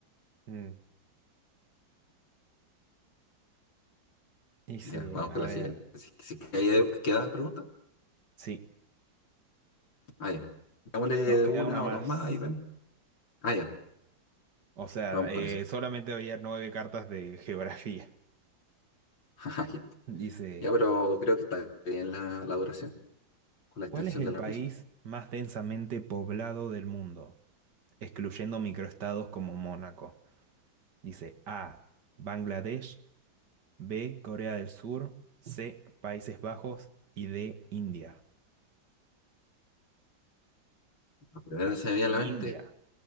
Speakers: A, on the right (about 55°); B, on the left (about 70°).
A: Mm, Dice,
B: Ya, vamos
A: a
B: con
A: ver,
B: la siguiente. Si, si hay- quedan preguntas,
A: sí,
B: ah, ya. Démosle
A: nos queda
B: una
A: una más.
B: o dos más y vemos. Ah, ya,
A: O sea,
B: vamos
A: eh,
B: con eso.
A: solamente había nueve cartas de geografía.
B: <laughs>
A: <laughs> Dice,
B: Ya, pero creo que está bien la, la duración con la extensión
A: ¿cuál es el
B: de la
A: país
B: quiz.
A: más densamente poblado del mundo? Excluyendo microestados como Mónaco. Dice A, Bangladesh, B, Corea del Sur, C, Países Bajos y D, India.
B: Lo primero que se me viene a
A: India.
B: la mente